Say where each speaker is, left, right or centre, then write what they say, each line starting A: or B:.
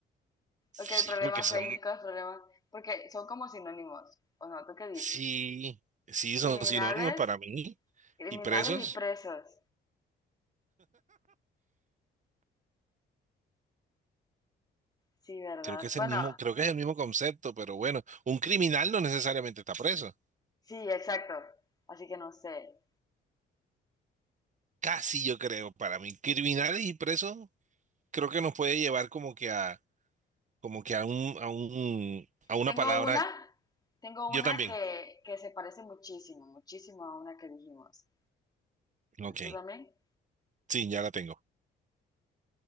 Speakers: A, on the right (about 40°); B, on the left (about 20°).
A: Sí,
B: Ok, problemas
A: porque son,
B: técnicos, problemas, porque son como sinónimos, ¿o no? ¿Tú qué dices?
A: sí, sí,
B: Criminales,
A: son sinónimos para mí.
B: criminales
A: Y presos,
B: y presos. Sí, ¿verdad?
A: creo que es
B: Bueno,
A: el mismo, creo que es el mismo concepto, pero bueno, un criminal no necesariamente está preso.
B: sí, exacto. Así que no sé.
A: Casi yo creo, para mí, criminales y presos, creo que nos puede llevar como que a, como que a un, a un, a una
B: Tengo
A: palabra.
B: una, tengo
A: Yo
B: una
A: también.
B: que, que se parece muchísimo, muchísimo a una que dijimos.
A: Ok,
B: ¿Tú también?
A: sí, ya la tengo.